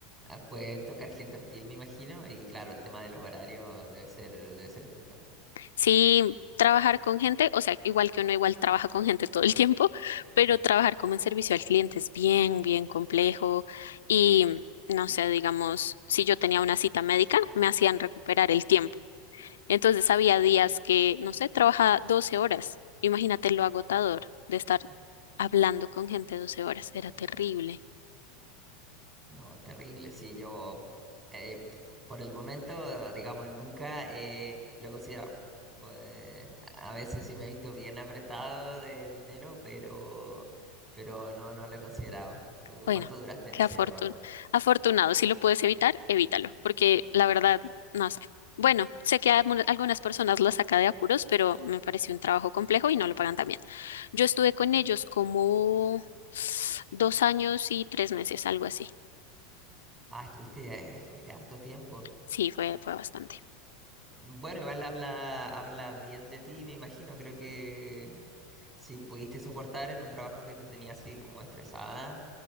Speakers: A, on the right (about 20°); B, on the left (about 80°).
A: ah, puede tocar gente hostil, me imagino, y claro, el tema de los horarios debe ser, debe ser estricto.
B: sí, trabajar con gente, o sea, igual que uno igual trabaja con gente todo el tiempo, <laughs> pero
A: Mm,
B: trabajar como en servicio al cliente es bien, bien complejo y no sé, digamos, si yo tenía una cita médica, me hacían recuperar el tiempo. Entonces había días que, no sé, trabajaba 12 horas. Imagínate lo agotador de estar
A: Uf.
B: hablando con gente 12 horas, era terrible.
A: No, terrible, sí, yo eh, por el momento, digamos, nunca eh, lo he considerado. Pues a veces sí me he visto bien apretado de dinero, pero, pero no, no lo he considerado. ¿Tú
B: Bueno,
A: cuánto duraste en
B: qué
A: ese
B: afortun-
A: trabajo?
B: afortunado. Si lo puedes evitar, evítalo, porque la verdad, no sé. Bueno, sé que a almu- algunas personas las saca de apuros, pero me pareció un trabajo complejo y no lo pagan tan bien. Yo estuve con ellos como dos años y tres meses, algo así.
A: Ah, estuviste, eh, estuviste harto tiempo.
B: Sí, fue, fue bastante.
A: Bueno, igual habla, habla bien de ti, me imagino. Creo que si pudiste soportar en un trabajo que te tenía así como estresada